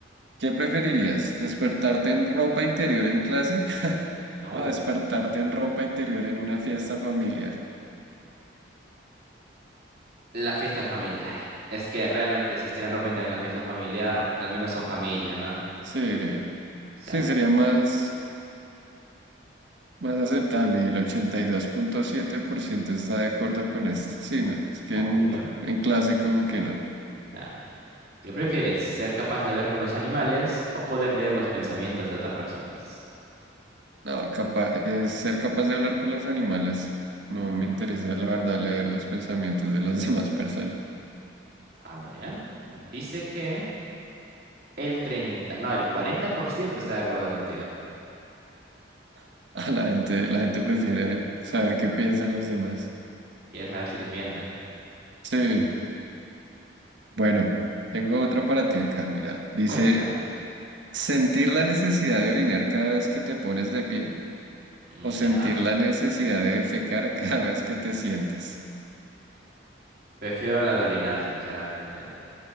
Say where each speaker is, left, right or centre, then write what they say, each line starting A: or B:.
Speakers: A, on the right; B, on the right.
A: ¿Qué preferirías? ¿Despertarte en ropa interior en clase <laughs>
B: No.
A: o despertarte en ropa interior en una fiesta familiar?
B: La fiesta familiar. Es que realmente si estoy en ropa interior en la fiesta familiar, al menos son familia, ¿no? O
A: Sí,
B: sea,
A: sí, sería más, más aceptable y el ochenta y dos punto siete por ciento está de acuerdo con esto. Sí, no, es que
B: obvio.
A: en, en clase como que no.
B: Claro. ¿Qué prefieres? ¿Ser capaz de hablar con los animales o poder leer los pensamientos de otras personas?
A: No, capa- eh, ser capaz de hablar con los animales. No
B: Mm,
A: me interesa, la verdad, leer los pensamientos de las <laughs> demás personas.
B: a ver. Dice que el 30, no, el 40% está de acuerdo contigo.
A: <laughs> La gente, la gente prefiere saber qué piensan los demás.
B: Quieres saber si les mientan.
A: Sí, bueno, tengo otra para ti acá, mira. Dice,
B: Cuéntame.
A: sentir la necesidad de orinar cada vez que te pones de pie
B: Mm,
A: o sentir
B: Ya.
A: la necesidad de defecar <laughs> cada vez que te sientas. <laughs>
B: Prefiero la de orinar, sinceramente.